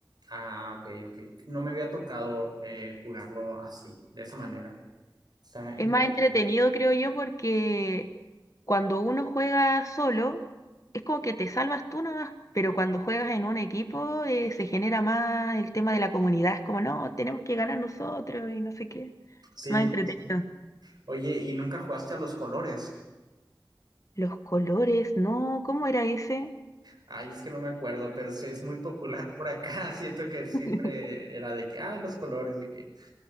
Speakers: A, on the right; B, on the left.
A: Ah, ok, ok. No me había tocado eh, jugarlo así, de esa manera. Está interesante.
B: Es más entretenido creo yo porque cuando uno juega solo es como que te salvas tú nomás, pero cuando juegas en un equipo eh, se genera más el tema de la comunidad, es como no, tenemos que ganar nosotros y no sé qué.
A: Sí,
B: Más entretenido.
A: sí, sí. Oye, ¿y nunca jugaste a los colores?
B: Los colores, no, ¿cómo era ese?
A: Ay, es que no me acuerdo, pero sí es muy popular por acá. <laughs> Siento que siempre
B: <laughs>
A: era de que, ay, los colores, de que.